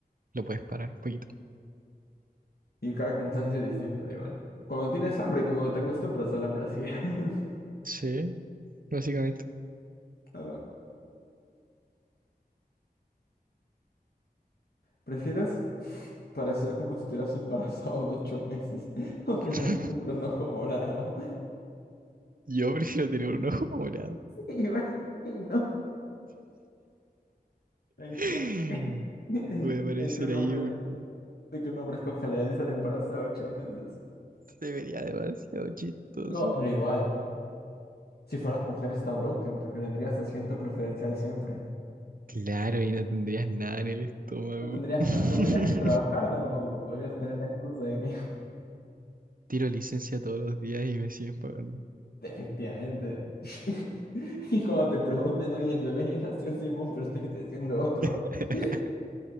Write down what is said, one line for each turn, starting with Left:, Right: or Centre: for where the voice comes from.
Right: lo puedes parar un poquito.
Left: y cada cansancio es distinto igual. Cuando tienes hambre, como te acostumbras al hambre así. <laughs>
Right: Sí, básicamente.
Left: Ok. ¿Prefieres parecer como si estuvieras embarazado de ocho meses <laughs> o tener
Right: <laughs>
Left: siempre un ojo morado?
Right: Yo prefiero tener un ojo morado.
Left: <laughs> Igual, y no. Ay,
Right: <laughs>
Left: ya. <laughs> De
Right: Voy a parecer
Left: que un
Right: ahí
Left: hombre,
Right: un...
Left: de que un hombre escoja la de estar embarazado ocho meses.
Right: Se vería demasiado chistoso.
Left: No, pero igual, si fueras mujer está broken porque tendrías asiento preferencial siempre.
Right: Claro, y no tendrías nada en el estómago.
Left: No tendrías,
Right: <laughs>
Left: na- no tendrías que trabajar tampoco, podrías tener la excusa de que
Right: Tiro licencia todos los días y me siguen pagando.
Left: <laughs> efectivamente. <laughs> Y cuando te pregunten, oye, el bebé ya nació Simón, pero estoy, estoy haciendo otro.
Right: <laughs>
Left: <laughs>